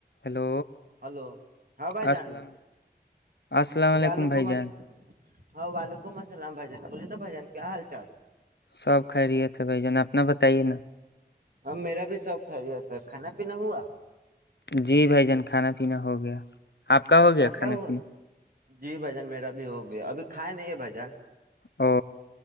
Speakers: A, on the left; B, on the right.
A: Hello
B: hello ہاں بھائی
A: السلام
B: جان
A: السلام
B: ابلوکمت
A: علیکم بھائی جان
B: ہاں وعلیکم السلام بھجن بوولے نا بھجن کیا حال چال
A: سب کھہ رہے تھے بھ جان اپنا بتائیے نا
B: اب میرا بھی شوق خیریت تھا کھانا پینا ہوا
A: جی بھائی جان کھانا پینا ہو گیا آپ کا ہو
B: کیا
A: گیا
B: کیا
A: کھانے
B: ہوا
A: پینے
B: جی بھجن میرا بھی ہو گیا ابھی کھایا نہیں ہے بھجن
A: او